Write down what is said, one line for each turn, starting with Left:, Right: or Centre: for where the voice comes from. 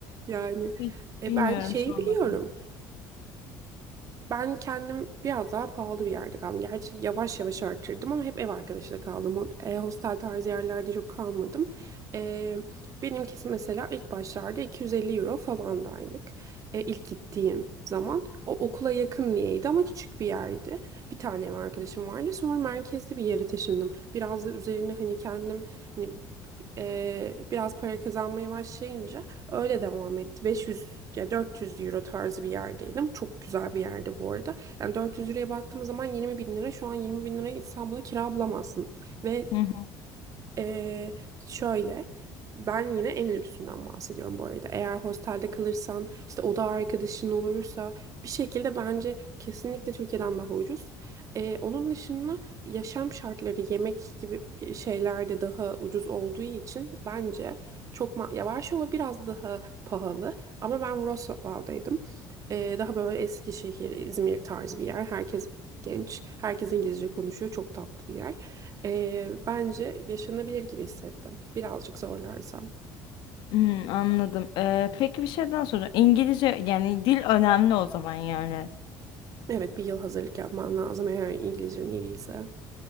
Right: Yani
Left: hiç
Right: e,
Left: bilmiyorum
Right: ben şeyi
Left: sormadım.
Right: biliyorum. Ben kendim biraz daha pahalı bir yerde kaldım. Gerçi yavaş yavaş arttırdım ama hep ev arkadaşıyla kaldım. O- e, hostel tarzı yerlerde çok kalmadım. E, benimkisi mesela ilk başlarda 250 euro falan da aylık. E, ilk gittiğim zaman. O okula yakın niyeydi ama küçük bir yerdi. Bir tane ev arkadaşım vardı. Sonra merkezde bir yere taşındım. Biraz da üzerine hani kendim hani e, biraz para kazanmaya başlayınca Öyle devam etti. 500 ya 400 euro tarzı bir yerdeydim. Çok güzel bir yerde bu arada. Yani 400 euroya baktığımız zaman 20 bin lira. Şu an 20 bin liraya İstanbul'da kira bulamazsın. Ve
Left: Hı hı.
Right: ee, şöyle ben yine en lüksünden bahsediyorum bu arada. Eğer hostelde kalırsan işte oda arkadaşın olursa bir şekilde bence kesinlikle Türkiye'den daha ucuz. Ee, onun dışında yaşam şartları yemek gibi şeyler de daha ucuz olduğu için bence çok ma- ya Varşova biraz daha pahalı ama ben Wrocław'daydım. Ee, daha böyle Eskişehir, İzmir tarzı bir yer. Herkes genç, herkes İngilizce konuşuyor. Çok tatlı bir yer. Ee, bence yaşanabilir gibi hissettim. Birazcık zorlarsam.
Left: Hmm, anladım. Eee, peki bir şey daha soracağım. İngilizce yani dil önemli o zaman yani.
Right: Evet, bir yıl hazırlık yapman lazım eğer İngilizcen iyi değilse. Hı